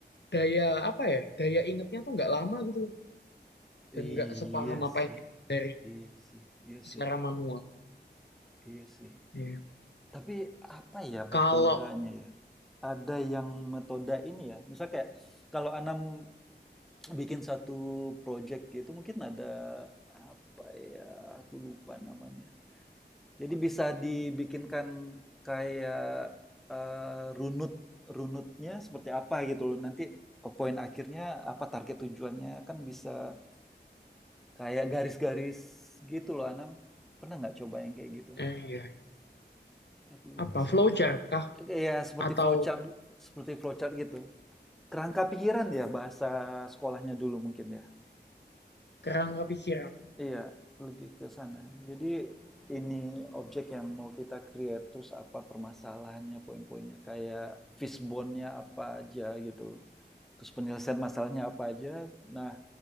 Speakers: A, on the left; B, in the centre.
A: daya apa ya? Daya ingetnya tuh nggak lama gitu loh. dan
B: Iya
A: nggak sepaham apa
B: sih.
A: yang dari
B: Iya sih. Iya
A: secara
B: sih.
A: manual.
B: Iya sih.
A: Iya.
B: Tapi apa ya metodenya
A: Kalau
B: ya? Ada yang metode ini ya. Misal kayak kalau Anam bikin satu project gitu mungkin ada apa ya? Aku lupa namanya. Jadi bisa dibikinkan kayak eh, runut runutnya seperti apa gitu loh. Nanti eh, poin akhirnya apa target tujuannya kan bisa kayak garis-garis gitu loh Anam. Pernah nggak coba yang kayak gitu?
A: eh, iya.
B: Aku lupa
A: apa
B: sih.
A: flowchart
B: Nggak-
A: kah
B: Ya seperti
A: atau
B: flowchart seperti flowchart gitu. Kerangka pikiran ya bahasa sekolahnya dulu mungkin ya.
A: kerangka pikiran?
B: Iya, lebih ke sana. Jadi ini objek yang mau kita create, terus apa permasalahannya, poin-poinnya, kayak fishbone-nya apa aja gitu loh. Terus penyelesaian masalahnya apa aja. Nah,